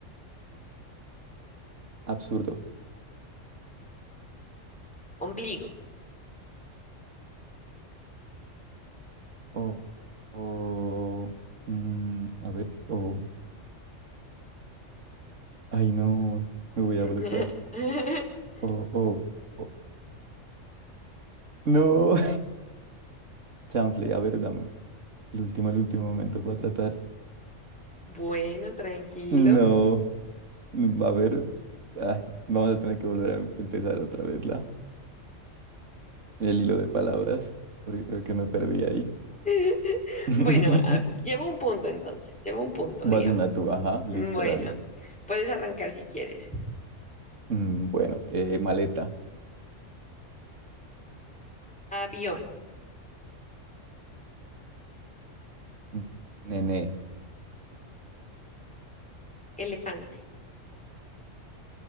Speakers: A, on the right; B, in the centre.
A: Absurdo.
B: ombligo.
A: O, o, mm, a ver, o, ay no, me voy
B: <laughs>
A: a bloquear. O, o, o- no. Chanfle, a ver, dame el último, el último momento para tratar.
B: Bueno, tranquilo.
A: No, a ver, ay, vamos a tener que volver a em- empezar otra vez la, el hilo de palabras, porque creo que me perdí ahí.
B: <laughs>
A: <laughs>
B: Bueno, ah, llevo un punto entonces, llevo un punto, digamos.
A: Vas una tú, ajá, listo,
B: Bueno,
A: dale.
B: puedes arrancar si quieres.
A: Mm, bueno, eh, maleta,
B: Avión,
A: mm, nene,
B: elefante,